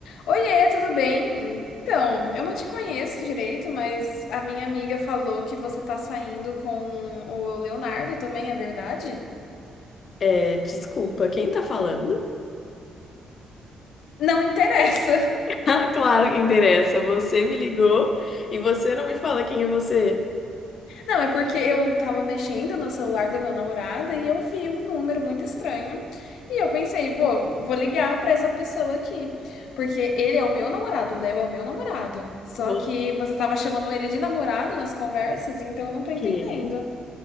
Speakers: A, on the left (about 75°); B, on the left (about 35°).
A: Oiê, tudo bem? Então, eu não te conheço direito, mas a minha amiga falou que você tá saindo com o Leonardo também, é verdade?
B: É, desculpa, quem tá falando? <laughs>
A: Não interessa. <laughs>
B: Ah, claro que interessa. Você me ligou e você não me fala quem é você.
A: Não, é porque eu tava mexendo no celular da meu namorado e eu vi um número muito estranho. E eu pensei, bom, vou ligar pra essa pessoa aqui. Porque ele é o meu namorado, o Léo é o meu namorado. Só
B: Vou
A: que você tava chamando ele de namorado nas conversas, então eu não tô entendendo.
B: quê?